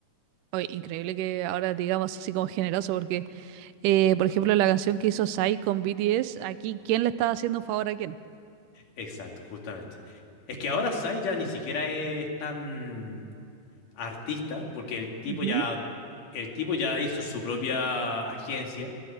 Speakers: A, on the right (about 85°); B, on the left (about 85°).
A: Oye, increíble que ahora digamos así como generoso, porque, eh, por ejemplo, la canción que hizo Psy con BTS, aquí, ¿quién le estaba haciendo un favor a quién?
B: Exacto, justamente. Es que ahora Sai ya ni siquiera es tan artista, porque el tipo
A: Ujú,
B: ya, el tipo ya hizo su propia agencia,